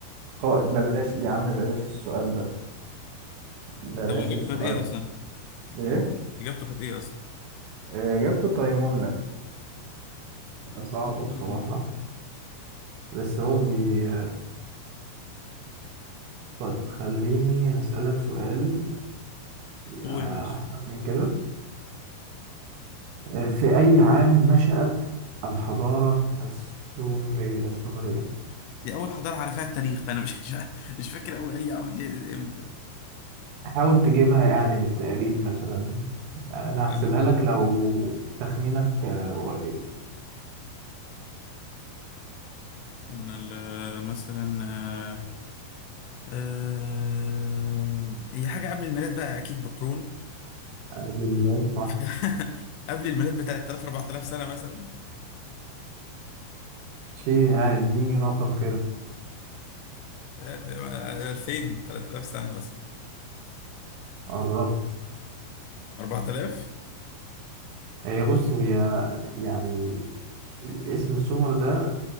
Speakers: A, on the right; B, on the left.
A: قائد بلاش يا عم بلاش السؤال ده بلاش
B: طب اجابته
A: السؤال
B: كانت ايه اصلا؟
A: ده. إيه؟
B: اجابته كانت ايه اصلا؟
A: آه، إجابته تيمور صعبة
B: آه.
A: بصراحة بس هو بي طيب خليني هسألك سؤال
B: قول
A: آه،
B: يا باشا.
A: أحسن من كده آه، في أي عام نشأت الحضارة السومرية السومرية
B: دي اول حضاره على فيها التاريخ فانا مش <laughs> مش مش فاكر قوي اي عام دي امتى
A: حاول تجيبها يعني بالتقريب مثلا يعني أنا
B: كان
A: هحسبها لك لو تخمينك آه، قريب
B: كان ال- مثلا آه، آه، هي حاجه قبل الميلاد بقى اكيد بقرون
A: قبل الميلاد صح
B: <laughs> قبل الميلاد ب 3000 4000 سنه مثلا
A: شيء اديني رقم كده
B: مش عارف آه، 2000 3000 سنه مثلا
A: قربت
B: 4000
A: هي بص هي يعني اسم سومر ده